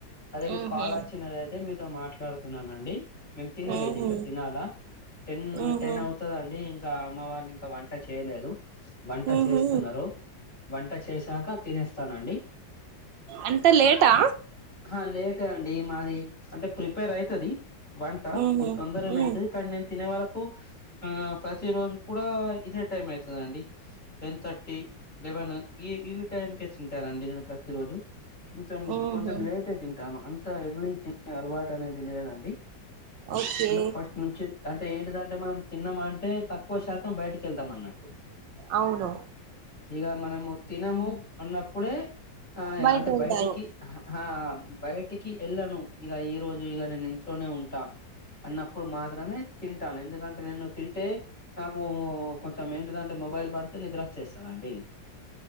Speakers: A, on the left; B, on the right.
A: అదే మీ
B: ఉహు
A: కాల్ ఒచ్చినదైతే మీతో మాట్లాడుతున్నానండి మేం తినలేదు
B: ఉహు
A: ఇంకా తినాలా టెన్
B: ఉహు
A: టెన్ అవుతదండి ఇంకా అమ్మ వాళ్ళింక వంట చేయలేదు వంట
B: ఉహు
A: చేస్తున్నరు వంట చేశాక తినేస్తానండి
B: అంత లేటా
A: అహా లే టే అండి మాదీ అంటే ప్రిపేర్ అయితది వంట
B: ఉహు
A: కొన్ తొందరనే
B: ఉ
A: అయితది కానీ నేను తినే వరక్ కు ఆ ప్రతి రోజు కూడా ఇదే టైం అయితదండి టెన్ థర్టీ లెవెన్ ఈ ఈ టైమ్ కే తింటానండి నేను ప్రతిరోజు కొంతం
B: ఉహు
A: కొంచెం లేటే తింటాను అంత ఎర్లీ తి <inaudible> అల్వాటు అనేది లేదండి
B: ఓకే
A: అంటె ఫస్ట్ నుంచి అంటే ఏంటిదంటే మనం తిన్నమంటే తక్కువ శా తం బయటికి ఎళ్తాం అన్నట్టు
B: అవును
A: ఇగ మనము తినము అన్నప్పుడే ఆ
B: బయట
A: అంటే
B: ఉంటారు
A: బయటికి అహ ఆ బయటికి ఎళ్ళను ఇగ ఈ రోజు ఇగ నేను ఇంట్లోనే ఉంటా అన్నప్పుడు మాత్రమే తింటాను ఎందుకంటే నేను తింటే నాకు కొంచెం ఏంటిదంటె మొబైల్ పడితే నిద్రొచ్చేస్తదండి